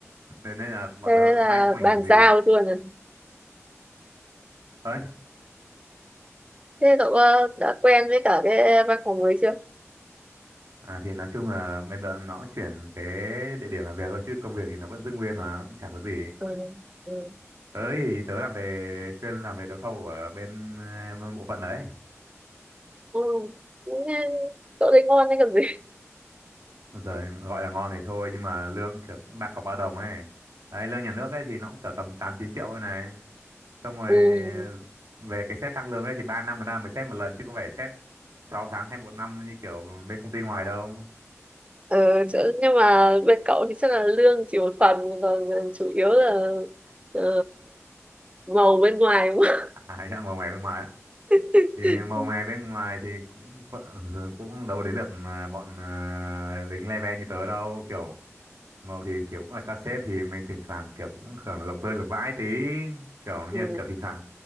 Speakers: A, on the right (about 80°); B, on the right (about 25°).
A: thế nên là bọn
B: Thế
A: tớ
B: là
A: may cũng không ảnh
B: bàn
A: hưởng gì
B: giao luôn à?
A: đấy
B: Thế cậu ờ, đã quen với cả cái văn phòng mới chưa?
A: à, thì nói chung là bên tớ nó cũng chuyển cái địa điểm làm việc thôi chứ công việc thì nó vẫn giữ nguyên mà cũng chả có gì
B: ừ. ừ.
A: tớ thì tớ làm về chuyên làm về đấu thầu ở bên ờ, bộ phận đấy
B: Ừ. cũng, ờ, Chỗ đấy ngon đấy còn gì. <laughs>
A: rồi gọi là ngon thì thôi nhưng mà lương kiểu cũng ba cọc ba đồng ấy đấy lương nhà nước ấy thì nó cũng chở tầm tám chín triệu thôi này xong rồi
B: Ừ.
A: về cái xét tăng lương ấy thì ba năm một năm mới xét một lần chứ có phải xét 6 tháng hay một năm như kiểu bên công ty ngoài đâu
B: Ờ, chỗ, nhưng mà bên cậu thì chắc là lương chỉ một phần còn ờ, chủ yếu là ờ, màu bên ngoài đúng không?
A: à <laughs> màu mè bên ngoài á.
B: <laughs>
A: thì màu mè bên ngoài thì cũng phợ- cũng đâu đến lượt mà bọn ờ, lính le ve như tớ đâu kiểu màu thì kiểu cũng là cassette thì mình thỉnh thoảng kiểu cũng hưởng lộc rơi lộc vãi tí kiểu
B: Ừ.
A: như kiểu thỉnh thoảng